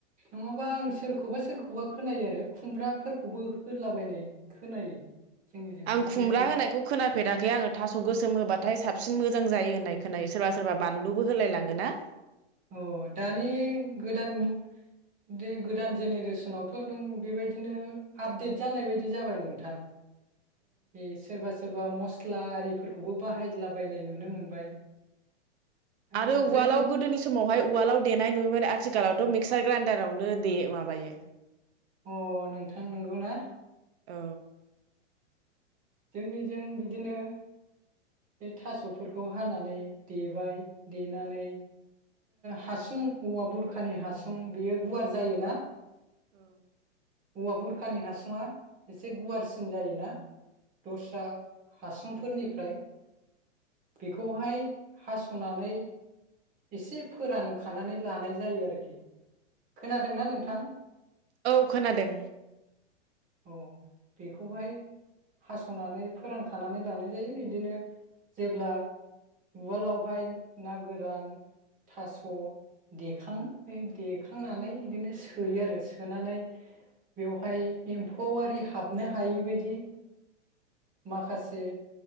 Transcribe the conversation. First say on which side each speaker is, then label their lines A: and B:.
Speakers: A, on the right; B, on the right.
A: नङाबा आं सोरखौबा सोरखौबा खोनायो आरो खुमब्राफोरखौबो होलाबायनाय खोनायो। जोंनिजों ओमफ्राय
B: आं खुमब्रा होनायखौ खोनाफेराखै आङो थास गोसोम होबाथाय साबसिन मोजां जायो होननाय खोनायो सोरबा सोरबा बानलुबो होलायलाङोना।
A: अ दानि गोदान बे गोदान जेनेरेसनावथ' नों बेबायदिनो आपडेट जानाय बायदि जाबाय नोंथां। ए सोरबा सो सोरबा मस्ला आरिफोरखौबो बाहायलाबायनाय नुनो मोनबाय। आ
B: आरो उवालआव
A: जोंनि
B: गोदोनि समाव बेवहाय उवालाव देनाय नुयोमोन आथिखालावथ मिक्सार ग्राइनडारावनो दे माबायो।
A: अ नोंथां नंगौ ना?
B: औ।
A: जोंनिजों बिदिनो बे थासफोरखौ हानानै देबाय देनानै हासुं औवा बुरखानि हासुं बेयो गुवार जायोना
B: औ।
A: औवा बुरखानि हासुआ एसे गुवारसिन जायोना दस्रा हासुंफोरनिफ्राय बेखौहाय हासनानै एसे फोरानखानानै लानाय जायो आरोखि खोनादोंना नोंथां?
B: औ खोनादों।
A: औ बेखौहाय हासनानै फोरानखानानै लानाय जायो बिदिनो जेब्ला उवालावहाय ना गोरान थास देखाङो देखांनानै बिदिनो सोयो आरो सोनानै बेवहाय एम्फौ आरि हाबनो हायिबायदि माखासे